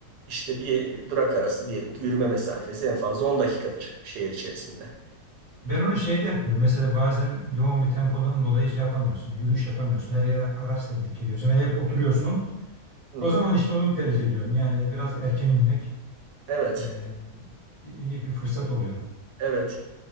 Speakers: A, on the right; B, on the left.
A: İşte bir durak arası diyelim ki yürüme mesafesi en fazla 10 dakikadır şehir içerisinde.
B: Ben onu şeyde yapıyorum. Mesela bazen yoğun bir tempodan dolayı şey yapamıyorsun. Yürüyüş yapamıyorsun. Her yere araçla gidip geliyorsun ve hep oturuyorsun.
A: Hı,
B: O zaman işte onu tercih ediyorum. Yani biraz erken inmek
A: Evet,
B: e, iyi bir fırsat oluyor.
A: evet.